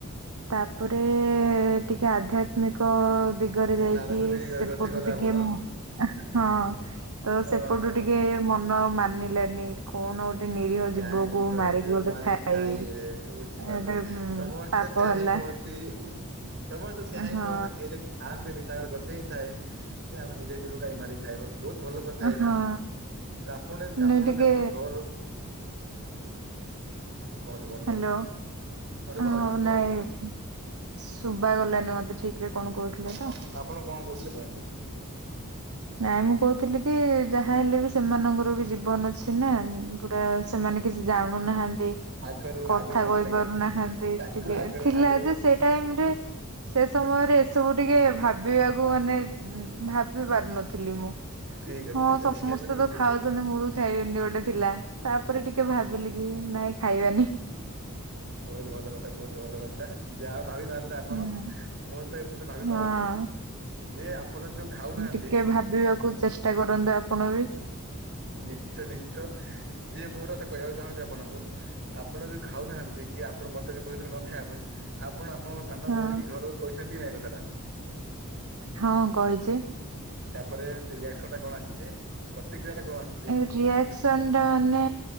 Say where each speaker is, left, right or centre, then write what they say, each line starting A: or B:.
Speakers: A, on the right; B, on the right.
A: ତାପରେ ଟିକେ ଆଧ୍ୟାତ୍ମିକ ଦିଗରେ
B: ହୁଁ,
A: ଯାଇକି
B: ଆଡକୁ ଟିକେ
A: ସେପଟୁ
B: ଗତି କଲେ
A: ଟିକେ
B: ଆପଣ
A: ମୁଁ ହଁ ତ ସେପଟୁ
B: ଓହୋ।
A: ଟିକେ ମ ନ ଆଉ ମାନିଲୋନି କଣ ଗୋଟେ ନିରୀହ
B: କାହିଁକି
A: ଜୀବକୁ
B: ଗୋଟେ ମାରିକି
A: ଖାଇବି
B: ଖାଇବେ ବୁଝିପାରିଲୁ,
A: ଗୋଟେ
B: ସମ
A: ପାପ
B: ତେ ସେଆ
A: ହେଲା
B: ହିଁ କୁହନ୍ତି, ସମସ୍ତେ ସେଇଆ ହିଁ
A: ହଁ
B: କୁହନ୍ତି ଯେ ଯିଏ ଖାଆନ୍ତିନି ତାଙ୍କର ଗୋଟେ ହିଁ ଥାଏ ଯେ, ଆମେ ନିଜେ ଜୀବ କାଇଁ ମାରି ଖାଇବାକୁ, ବହୁତ ଭଲ କଥା ଏଇଟା,
A: ହଁ
B: ତ ଆପଣ ଯ ଆପଣ
A: ନାଇଁ ଟିକେ
B: ଯଦି ଆପଣଙ୍କ ଘ ଲୋକ କୁହନ୍ତୁ କୁହନ୍ତୁ
A: ହ୍ୟାଲୋ,
B: ହଁ ଶୁଭା
A: ଅ
B: ହଉଛି
A: ହଉ
B: ଶୁଭା
A: ନାଇଁ
B: ହଉଛି କୁହନ୍ତୁ।
A: ଶୁବା ଗଲାନି ମତେ ଠିକ ରେ କଣ କହୁଥିଲେ?
B: ଅ
A: ତ
B: ଅ ଆପଣ କଣ କହୁଥିଲେ କୁହନ୍ତୁ?
A: ନାଇଁ ମୁଁ କହୁଥିଲି କି ଯାହା ହେଲେ ବି ସେମାନଙ୍କର ବି ଜୀବନ ଅଛି ନା ପୁରା ସେମାନେ କିଛି ଜାଣୁନାହାନ୍ତି।
B: ଆଗରୁ
A: କଥା
B: ଆଗରୁ ନଥିଲା
A: କହି
B: କି
A: ପାରୁନାହାନ୍ତି
B: ତାଙ୍କ ତାଙ୍କର
A: ଟିକେ
B: ଆଗରୁ
A: ଥିଲା
B: ଆଗରୁ
A: ଯେ ସେ ଟାଇମ ରେ ସେ ସମୟରେ ଏସବୁ ଟିକେ ଭାବିବାକୁ ମାନେ, ଭା ବି ପାରୁ ନଥିଲି ମୁଁ,
B: ଠିକ ଅଛି
A: ହଁ
B: ଠିକ ଅଛି
A: ସମସ୍ତେ
B: ଏବେ ଟିକେ
A: ତ ଖାଉ ଆ ମୁଁ ବି ଖାଇବିନି ଏମତି ଗୋଟେ ଥିଲା ତାପରେ ଟିକେ ଭାବିଲି କି ନାଇଁ ଖାଇବାନି।
B: ବହୁତ ଭଲ କଥା, ବ ହୁତ ଭଲ କଥା। ଯାହା ଭାବି ପାରିଲେ ଆପଣ
A: ହୁଁ
B: ମୁଁ ତ ଏ ପର୍ଯ୍ୟନ୍ତ ଭାବି
A: ହଁ
B: ପାରୁନି। ଯେ ଆପଣ ଯୋଉ ଖାଉନାହାନ୍ତି
A: ଟିକେ ଭାବିବାକୁ ଚେଷ୍ଟା କରନ୍ତୁ ଆପଣ ବି।
B: ନିଶ୍ଚୟ ନିଶ୍ଚୟ, ଯିଏ ମୁ ଗୋଟେ କଥା କହିବାକୁ ଚାହୁଁଛି ଆପଣଙ୍କୁ। ଆପଣ ଯଦି ଖାଉନାହାନ୍ତି କି ଆପଣ ମତେ ବି କହୁଛନ୍ତି ନ ଖାଇବା ପାଇଁ ଆପଣ ଆପଣଙ୍କ ସାନ
A: ହଁ
B: ଭଉଣୀ କି ଘରକୁ କହିଛନ୍ତି କି ନାଇ ଏ କଥାଟା।
A: ହଁ କହିଛି।
B: ତାପରେ ରିଆକ୍ସନ ଟା କଣ ଆସିଛି ପ୍ରତିକ୍ରିୟା ଟା କଣ ଆସି?
A: ଏ ରିଆକ୍ସନ ଟା ମାନେ